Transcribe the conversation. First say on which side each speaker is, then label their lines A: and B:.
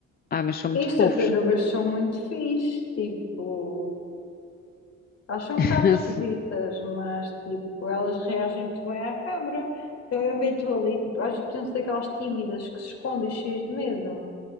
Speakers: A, on the left; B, on the left.
A: Ai, mas são muito
B: E as
A: fofos.
B: tartarugas são muito fixe, tipo. Elas são
A: <laughs>
B: um bocado esquisitas, mas tipo, elas reagem muito bem à câmara. Então eu meto ali, tipo, às vezes precisam ser aquelas tímidas que se escondem cheias de medo.